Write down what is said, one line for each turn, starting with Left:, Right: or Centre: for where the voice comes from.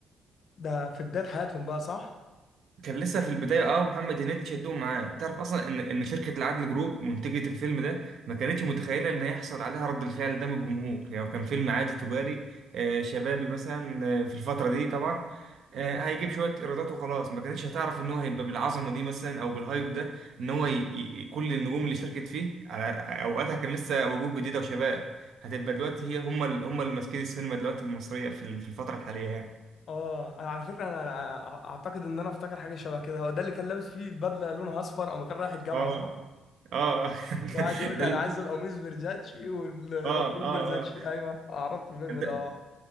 Left: ده في بدايه حياتهم بقى صح
Right: كان لسه في البداية اه محمد هنيدي شدهم معاه تعرف اصلا ان ان شركة العدل جروب منتجة الفيلم ده ما كانتش متخيلة ان هيحصل عليها رد الفعل ده من الجمهور يعني هو كان فيلم عادي تجاري آه، شبابي مثلا آه، في الفترة دي طبعا آه، هيجيب شوية إيرادات وخلاص ما كانتش هتعرف إن هو هيبقى بالعظمة دي مثلا أو بالهايب ده إن هو ي... ي... كل النجوم اللي شاركت فيه على أوقاتها كان لسه وجوه جديدة وشباب هتبقى دلوقتي هي هم ال... هم اللي ماسكين السينما دلوقتي المصرية في ال- في الفترة الحالية يعني
Left: اه انا على فكره انا أنا اعتقد ان انا افتكر حاجه شبه كده هو ده اللي كان لابس فيه البدله لونها اصفر اما كان رايح الجامعه
Right: آه
Left: صح
Right: آه
Left: وقعد
Right: <laughs>
Left: يقول
Right: ده
Left: لي
Right: ال-
Left: انا عايز القميص فيرزاتشي والبنطلون
Right: آه آه
Left: فيرزاتشي ايوه عرفت الفيلم
Right: آه
Left: ده اه